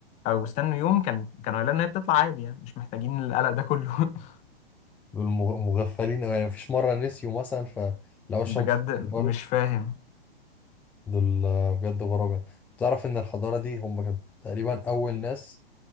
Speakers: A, on the left; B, in the centre.
A: او استنوا يوم كان كانوا هيلاقوا ان هي بتطلع عادي يعني مش محتاجين القلق ده كله <laughs>
B: دول مغ- مغفلين أوي يعني مفيش مرة نسيوا مثلا فلقوا الشمس
A: بجد
B: طلعت برضه
A: مش فاهم
B: دول آه، بجد غراب يعني تعرف إن الحضارة دي هم كانوا تقريبا أول ناس